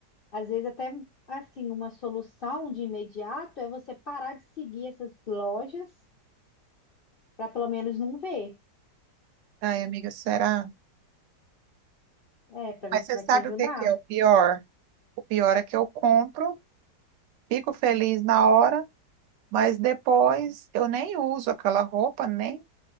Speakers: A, on the left (about 45°); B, on the right (about 85°).
A: Às vezes até assim, uma solução de imediato é você parar de seguir essas lojas para pelo menos não ver.
B: Ai, amiga, será?
A: É, para
B: Mas
A: ver se
B: você
A: vai
B: sabe
A: te ajudar.
B: o que que é o pior? O pior é que eu compro, fico feliz na hora, mas depois eu nem uso aquela roupa, nem